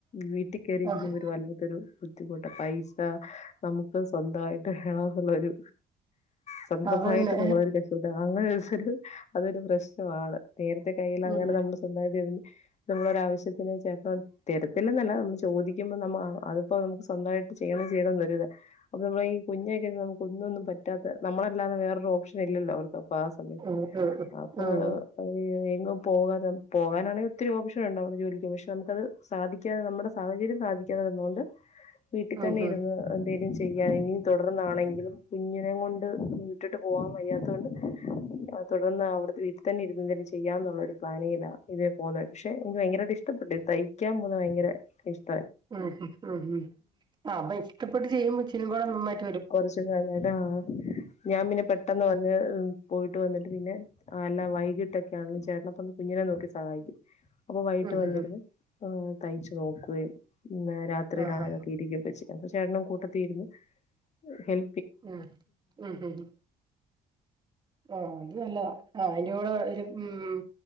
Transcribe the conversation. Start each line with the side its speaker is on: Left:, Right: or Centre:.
Left: വീട്ടിൽ കറിയിരിക്കുമ്പോ
Right: ആഹ്
Left: വല്ലാത്തരു ബുദ്ധിമുട്ട പൈസ നമുക്ക് സ്വന്തമായിട്ട് വേണം എന്നുള്ളരു സ്വന്തമായിട്ട്
Right: അതന്നെ
Left: നമ്മളൊരു <unintelligible> അങ്ങനെ <unintelligible> അതൊരു പ്രശ്നമാണ് നേരത്തെ കയ്യിൽ
Right: ഉം
Left: അങ്ങനെ നമ്മൾ സ്വന്തമായി നമ്മളൊരവശ്യത്തി ഇനി ചേട്ടനോട്‌ തെരത്തില്ലെന്നല്ല ചോദിക്കുമ്പൊ നമ്മ അത് ഇപ്പൊ നമുക്ക് സ്വന്തായിട്ട് ചെയ്യണം ചെയ്യണംന്നൊരിത് അപ്പ നമ്മള് ഈ കുഞ്ഞായി കഴിഞ്ഞ് നമുക്ക് ഒന്നുംഒന്നും പറ്റാത്ത നമ്മളെല്ലാ പ്പൊ വേറൊരു ഓപ്ഷനില്ലല്ലോ അവർക്ക് അപ്പോ ആ സമയ
Right: ഉം ഉം
Left: അപ്പൊ
Right: ഉം
Left: ആ
Right: ഉം
Left: അയ്‌ ഏങ്ങും പോകാതെ പോകാനാണെങ്കിൽ ഒത്തിരി ഓപ്ഷൻ ഒണ്ട് ജോലിക്ക് പക്ഷെ നമുക്കത് സാധിക്കാത നമ്മുടെ സാഹചര്യ ഇത് സാധിക്കാതെ വന്നോണ്ട് വീട്ടി
Right: ഉം
Left: തന്നെ ഇരുന്ന് എന്തേലും ഇതിന് ചെയ്യാൻ ഇനി തൊടർന്നാണെങ്കിലും കുഞ്ഞിനെ കൊണ്ട് ഇട്ടിട്ട് പോവാൻ വയ്യാത്തോണ്ട് തുടർന്ന് അവിടത്തെ വീട്ടിതന്നെ ഇരുന്നെന്തെങ്കിലും ചെയ്യാന്നുള്ളൊരു പ്ലാനിങ്ങില ഇതേ പോലെ ക്ഷെ എനിക്ക് ഭയങ്കര ടി ഇഷ്ടപ്പെട്ട് തയ്ക്കാൻ പോന്ന് ഭയങ്കര ഇഷ്
Right: ഉം ഉം ഉം ഉം ആ അപ്പൊ ഇഷ്ടപ്പെട്ട് ചെയ്യുമ്പോ ഇച്ചിരികൂടെ നന്നായി
Left: കൊറച്ചും കയ്ഞ്ഞടാ ഞാം പിന്നെ പെട്ടെന്ന് വന്ന് പോയിട്ട് വന്നിട്ട് പിന്നെ ആ എല്ലാം വൈകിട്ടൊക്കെ ആണെങ്കിലും ചേട്ടപ്പ കുഞ്ഞിനെ നെ നോക്കി സഹായിക്കും അപ്പൊ വൈകിട്ട്
Right: ഉം
Left: വന്നിരുന്നു
Right: ഉം ഉം
Left: ഉ തയ്ച്ചു നോക്കുകയും രാത്രിയിലാണലൊക്കെ
Right: ആ ആ
Left: ഇരിക്കുകയൊക്കെ ചെയ്യും അപ്പൊ ചേട്ടനും കൂട്ടത്തീര്ന്ന് ഹെൽ
Right: ആ ഉ ഹും ആ അത് നല്ലതാ ആ അയിന്റെ കൂടെ ഒരു ഉം